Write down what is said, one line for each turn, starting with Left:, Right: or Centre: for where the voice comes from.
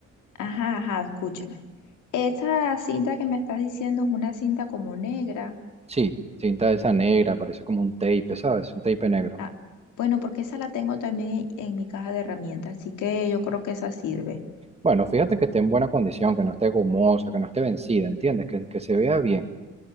Left: ajá, ajá, escúchame. Esa cinta que me estás diciendo es una cinta como negra.
Right: Sí, cinta esa negra, parece como un tape, ¿sabes? Un tape negro.
Left: Ah, bueno, porque esa la tengo también en, en mi caja de herramientas, así que yo creo que esa sirve.
Right: Bueno, fíjate que esté en buena condición, que no esté gomosa, que no esté vencida, ¿entiendes? Que, que se vea bien.